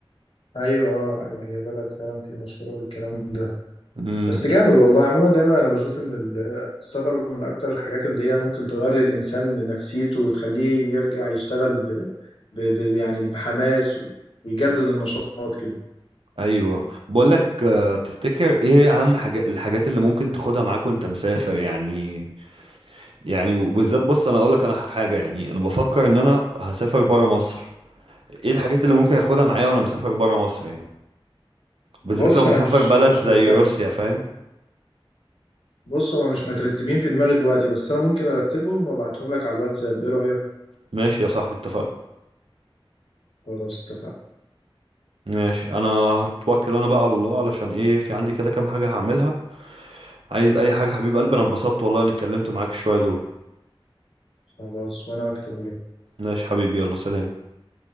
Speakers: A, on the left (about 70°); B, on the right (about 75°).
A: أيوة أه أيوة هي بلد فعلا في مشهورة بالكلام ده
B: امم
A: بس جامد والله عموما دايما أنا بشوف إن ال- السفر من أكتر الحاجات اللي هي ممكن تغير للإنسان نفسيته وتخليه يرجع يشتغل ب... ب... ب... يعني بحماس ويجدد النشاط كده
B: ايوه بقول لك تفتكر ايه هي اهم حاجه الحاجات اللي ممكن تاخدها معاك وانت مسافر يعني يعني وبالذات بص انا اقول لك انا في حاجه يعني انا بفكر ان انا هسافر بره مصر ايه الحاجات اللي ممكن اخدها معايا وانا مسافر بره مصر يعني
A: بص
B: بالذات لو مسافر
A: أنا مش
B: بلد
A: مش
B: زي
A: متريح
B: روسيا فاهم
A: بص هما مش مترتبين في دماغي دلوقتي بس انا ممكن ارتبهم وابعتهم لك على الواتساب ايه رأيك
B: ماشي يا صاحبي اتفقنا
A: خلاص اتفقنا
B: ماشي انا هتوكل انا بقى على الله علشان ايه في عندي كده كام حاجة هعملها عايز اي حاجة حبيب قلبي انا اتبسطت والله اني اتكلمت معاك شوية دول
A: خلاص وانا اكتر
B: ماشي حبيبي يلا سلام